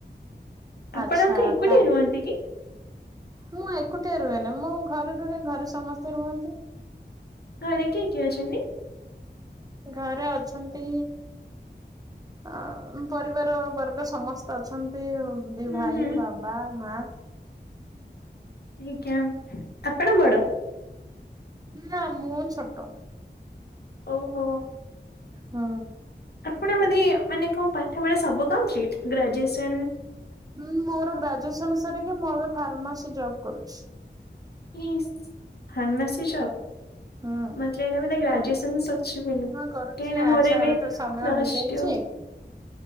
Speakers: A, on the left; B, on the right.
A: ଆପଣ
B: ଆଚ୍ଛା
A: କ ଏକୁଟିଆ
B: ତା
A: ରୁହନ୍ତି କି?
B: ମୁଁ ଏକୁଟିଆ ରୁହେନା ମୁଁ ଘରେ ରୁହେ ଘରେ ସମସ୍ତେ ରୁହନ୍ତି
A: ଘରେ କିଏ କିଏ ଅଛନ୍ତି?
B: ଘରେ ଅଛନ୍ତି ଅ ପରିବାର ବର୍ଗ ସମସ୍ତେ ଅଛନ୍ତି ଦି
A: ହୁଁ
B: ଭାଇ
A: ହୁଁ
B: ବାବା ମା
A: <unintelligible> ଆଜ୍ଞା ଆପଣ ବଡ?
B: ନା ମୁଁ ଛୋଟ।
A: ଓହୋ
B: ହୁଁ।
A: ଆପଣ <unintelligible> ମାନେ କଣ ପାଠ ପଢା ସବୁ କମ୍ପିଲଟ ଗ୍ରାଜୁଏସନ
B: ହୁଁ ମୋର ଗ୍ରାଜୁଏସନ ସାରିକି ମୁଁ ଏବେ ଫାର୍ମାସି ଜବ୍ କରୁଛି।
A: ଇଶ୍ ଫାର୍ମସି ଜବ୍
B: ହୁଁ।
A: ମତେ ଲାଗିଲା ବୋଧେ ଗ୍ରାଜୁଏସନ୍ ସ <unintelligible> କାହିଁକିନା
B: ହଁ କରୁଛି
A: ମୋର
B: ଆଚ୍ଛା
A: ଏବେ
B: ତ ସମୟ
A: ପ୍ଲସଟୁ
B: ହେଇଯାଇଛି।